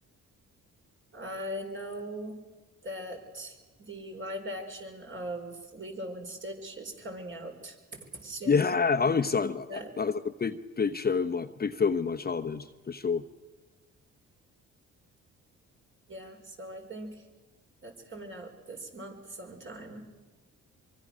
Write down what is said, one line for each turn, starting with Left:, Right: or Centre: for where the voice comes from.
Right: I know that the live action of Lilo and Stitch is coming out soon.
Left: Yeah, I'm excited about
Right: That
Left: that. That was like a big, big show in my big film in my childhood for sure.
Right: Yeah, so I think that's coming out this month sometime.